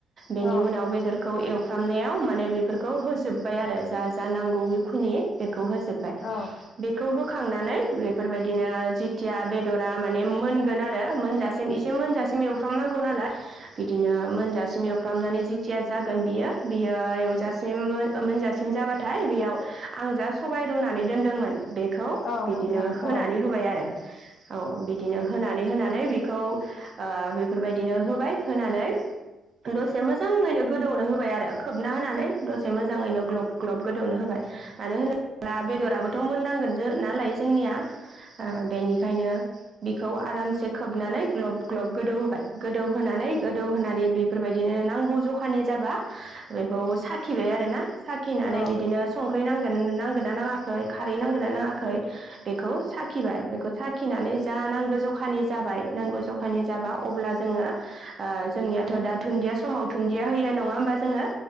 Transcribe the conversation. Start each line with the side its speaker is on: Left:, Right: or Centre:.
Right: बेनि
Left: औ
Right: उनाव बेदरखौ एव फ्रामनायाव माने बेफोरखौ होजोबबाय आरो जा जा नांगौ बेखुनि बे खौ होजोबबाय।
Left: औ
Right: बेखौ होखांनानै बे बेफोरबायदिनो जिथिया बेदरा माने मोनगोन आरो मोनजासिम एसे मोनजासिम एवफ्रामनांगौ नालाय बिदिनो मोनजासिम एवफ्रामनानै जि जेथिया जागोन बियो बियो एवजासिम मोनजासिम जाबाथाय बेयाव आं जा सबाइ रुनानै दोन्दोंमोन बेखौ
Left: नोंथां औ
Right: बिदिनो
Left: नोंथां औ
Right: होनानै होबाय आरो औ बिदिनो होनानै होनानै खौ बेफोरबायदिनो होबाय होनानै दसे मोन मोजाङैनो गोदौनो होबाय आरो खोबना होनानै दसे मोजाङैनो ग्लब ग्लब गोदौनो होबाय मानो होनोब्ला बेदराबोथ' मोननांगोन जो नालाय जोंनिया। ओ बेनिखायनो बिखौ आरामसे खोबनानै ग्लब ग्लब गोदौ होबाय गोदौहोनानै गोदौ होनानै बेफोरबायदिनो नांगौ जखानि जाबा बेखौ साखिबाय आरोना। साखिनानै
Left: औ
Right: बिदिनो संख्रि नांगोन नांगोन ना नाङाखै खारै नांगोन ना नाङाखै बेखौ साखिबाय बेखौ साखिनानै जा नांगौ जखानि जाबाय नांगौ जखानि जाबा अब्ला जोङो आ जोंनियाथ' दा दुन्दिया समाव दुन्दिया होयो नङा होमबा जोङो